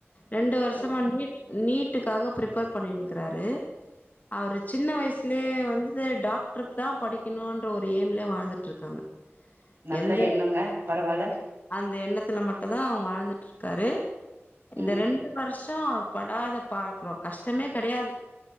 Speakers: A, on the left; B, on the right.
A: ரெண்டு வருஷமா
B: ம்
A: நீட் நீட்டுக்காக ப்ரிப்பேர் பண்ணிங்கிறாரு அவரு சின்ன வயசுலயே வந்து டாக்டருக்கு தா படிக்கணுன்ற ஒரு எய்ம்ல வாழ்ந்துட்டு இருக்காங்க
B: நல்லா
A: எந்த
B: எண்ணுங்க பரவால்ல
A: அந்த எண்ணத்துல மட்டு்தா அவுங்க வாழ்ந்துட்டு இருக்காரு இந்த
B: ம்
A: ரெண்டு வருஷோ படாத பாட்கறோ கஷ்டமே கடையாது